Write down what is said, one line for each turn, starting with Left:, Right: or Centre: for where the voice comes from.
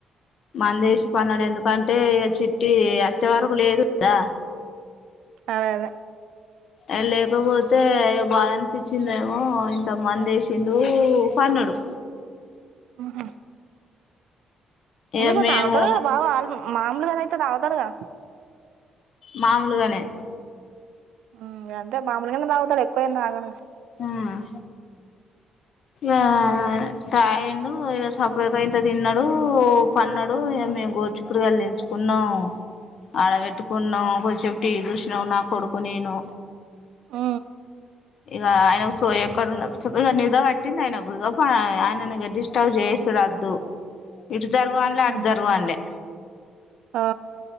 Left: మంద ఏసీ పన్నడు ఎందుకంటే ఇక చిట్టి అచ్చేవరకు లేదు కదా
Right: అదే అదే
Left: ఆ లేకపోతే తే బాద అనిపించిందేమో ఓ ఇంత మందేసిండు పన్నడు
Right: ఆహా ఎందుకు
Left: ఇగ మేము
Right: తాగుతడు కద బావ మా లుగాయితేవతాగు తాడు గ
Left: మాములుగనే
Right: హమ్ గంతే మామలగానే తాగుతడు గా ఎక్కువ ఏం తాగడు గ
Left: హమ్ ఆ తగిండు ఇంక <unintelligible> ఇంత దిన్నడు ఓ పన్నాడు మేము గోడుచీకుడుకాయలు తెంచుకునం ఆడబెట్టుకున్నాం కొదిసేపు టీవి చూసినాం నా కొడుకు నేను
Right: అ
Left: ఇగ ఆయనకు సోయ ఎక్కడ ఉన్న నిదపేట్ పట్టింది ఆయన ఒక గొప్ప ఆయన డిస్టర్బ్ చేసుడు వద్దు ఇటు జరగుఅనలే అటు
Right: ఉహు
Left: జరగు అనలే
Right: ఆ